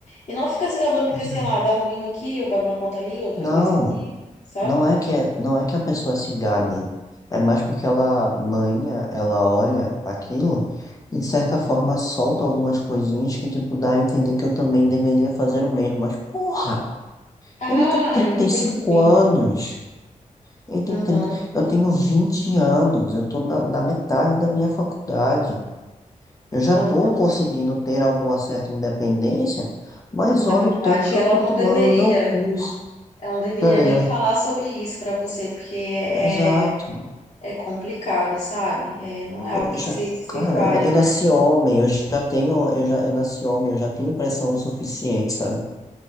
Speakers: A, on the left (about 50°); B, on the left (about 25°).
A: E não ficar se gabando porque,
B: exato.
A: sei lá, dá um mimo aqui, ou pago uma conta ali, outra
B: não.
A: coisa aqui, sabe?
B: Não é que, é, não é que a pessoa se gabe, é mais porque ela, manha, ela olha aquilo e de certa forma solta algumas coisinhas que, tipo, dá a entender que eu também deveria fazer o mesmo. Mas, porra,
A: Ah,
B: ele tem 35
A: entendi.
B: anos, ele tem
A: Uhum.
B: 30, eu tenho 20 anos, eu tô na, na metade da minha faculdade. Eu já
A: Uhum.
B: tô conseguindo ter alguma certa independência, mas
A: Na
B: olha
A: verdade,
B: o tanto que
A: ela
B: eu tô
A: não
B: tomando
A: deveria.
B: no meu cu,
A: Ela não deveria
B: tá ligado?
A: nem falar sobre isso pra você, porque é,
B: Exato.
A: é complicado, sabe? É, não é algo
B: eu
A: que
B: já,
A: se, que se
B: cara,
A: fale,
B: eu, eu
A: né?
B: nasci homem, eu já tenho, eu já, eu nasci homem, eu já tenho pressão suficiente, sabe?